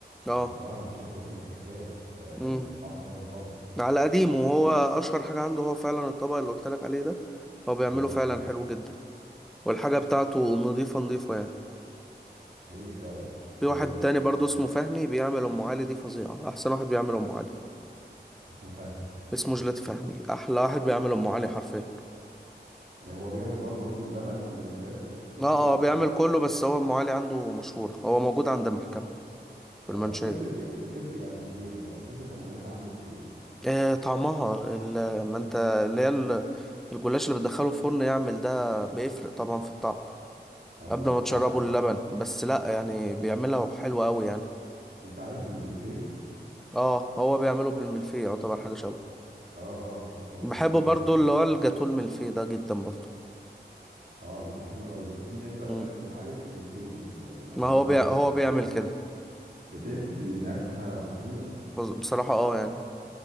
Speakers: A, in the centre; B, on the right.
A: اه
B: بس بصراحة الشيخ وفيق ده حكاية آه، يعني
A: امم
B: طعم تاني خالص
A: على قديمه وهو اشهر حاجه عنده هو فعلا الطبق اللي قلت لك عليه ده هو بيعمله
B: اه
A: فعلا حلو جدا والحاجه بتاعته نظيفه نظيفه يعني
B: حقيقي فعلا
A: في
B: آه،
A: واحد تاني برضه اسمه فهمي بيعمل ام علي دي فظيعه احسن واحد بيعمل ام علي
B: اسمه فهمي
A: اسمه جيلاتي فهمي احلى واحد بيعمل ام علي حرفيا
B: آه، هو بيعمل برضه رز بلبن وجيلاتي وكده
A: اه
B: و...
A: آه، بيعمل كله بس هو ام علي عنده مشهور هو موجود عند المحكمة في
B: اه
A: المنشية
B: بتفرق بي- بتفرق يعني في ايه يعني بتحس انها مميزة عنده في ايه
A: آه طعمها ال- ما انت اللي هي ال- الجلاش اللي بتدخله الفرن يعمل ده بيفرق طبعا في الطعم
B: اه
A: قبل ما
B: اه
A: تشربه
B: انت عارف
A: اللبن بس لا يعني بيعملها حلوة قوي يعني
B: انت عارف المنفي
A: اه هو بيعمله بالملفيه يعتبر حاجة شبه
B: اه اه انت واخد
A: بحبه
B: بالك
A: برضو
B: ازاي
A: اللي هو الجاتو الملفيه ده جدا برضو
B: اه بيبقى حلو قوي في ناس بقى
A: مم.
B: بتعمل ام علي بالمنفي بال... بالعجينه
A: ما هو
B: بتاع
A: بي...
B: المنفي
A: هو بيعمل
B: اه
A: كده
B: بتدي نكهه خطيره
A: بص- بصراحة اه يعني